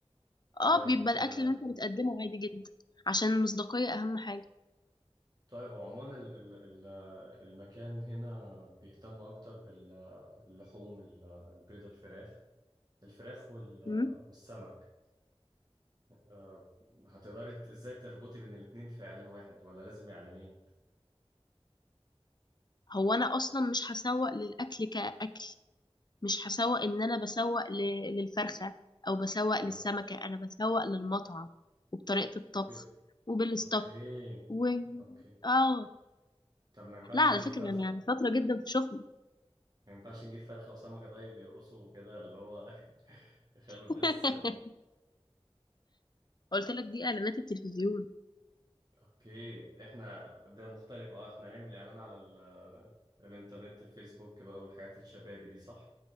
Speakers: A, on the left; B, on the right.
A: اه
B: طيب
A: بيبقى الأكل
B: آه،
A: اللي أنت بتقدمه عادي جدا عشان المصداقية أهم حاجة
B: طيب هو عموما ال- ال- ال- المكان هنا بيهتم أكتر باللحوم البيض الفراخ الفراخ وال-
A: مم.
B: والسمك آه، هتقدري ت- ازاي تربطي بين الاتنين في إعلان واحد ولا لازم إعلانين؟
A: هو أنا أصلا مش هسوق للأكل كأكل مش هسوق ان انا بسوق ل- للفرخة او بسوق
B: اه
A: للسمكة انا بسوق للمطعم وبطريقة الطبخ
B: ب...
A: وبالستاف
B: اوكي
A: و
B: اوكي
A: اه
B: طب ما ينفعش
A: لا على
B: نجيب
A: فكرة
B: فرخة
A: انا شاطرة جدا في شغلي
B: ما ينفعش نجيب فرخة وسمكة طيب يرقصوا كده اللي هو <laughs> يخلوا الناس
A: <laughs> قلت لك دي اعلانات التلفزيون
B: اوكي احنا ده مختلف اه احنا هنعمل اعلان على ال... آه، الانترنت الفيسبوك بقى والحاجات الشبابي دي صح